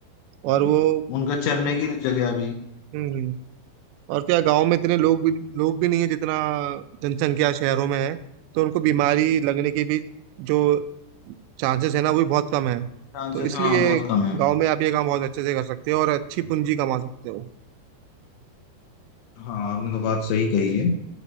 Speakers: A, on the right (about 85°); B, on the left (about 80°).
A: और
B: जी
A: वो
B: उनका चरने की जगह भी
A: हम्म और क्या गांव में इतने लोग भी लोग भी नहीं है जितना जनसंख्या शहरों में है तो उनको बीमारी लगने की भी जो चांसेस है ना वो भी बहुत कम है
B: चांसेस
A: तो इसलिए
B: हाँ बहुत कम है
A: गांव में आप ये काम बहुत अच्छे से कर सकते हो और अच्छी पूंजी कमा सकते हो
B: हाँ आपने तो बात सही कही है